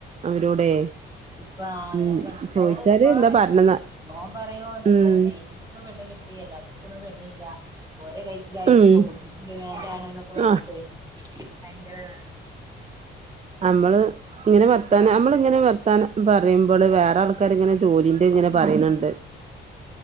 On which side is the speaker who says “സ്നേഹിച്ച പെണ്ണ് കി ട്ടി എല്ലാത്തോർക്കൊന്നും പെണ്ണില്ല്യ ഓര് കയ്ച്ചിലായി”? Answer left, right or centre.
Right